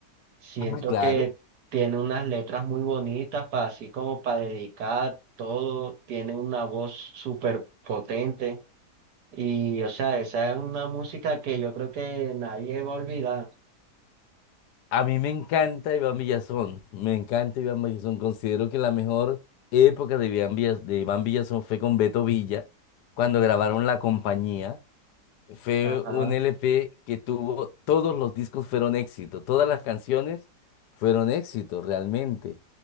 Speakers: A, on the right; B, on the left.
A: Siento
B: ah, claro,
A: que tiene unas letras muy bonitas para así como para dedicar todo, tiene una voz súper potente y o sea, esa es una música que yo creo que nadie va a olvidar.
B: a mí me encanta Iván Villazón, me encanta Iván Villazón, considero que la mejor época de Iván Villa- de Iván Villazón fue con Beto Villa, cuando grabaron La Compañía. Fue
A: Ajá,
B: un LP que tuvo, todos los discos fueron éxito, todas las canciones fueron éxito realmente.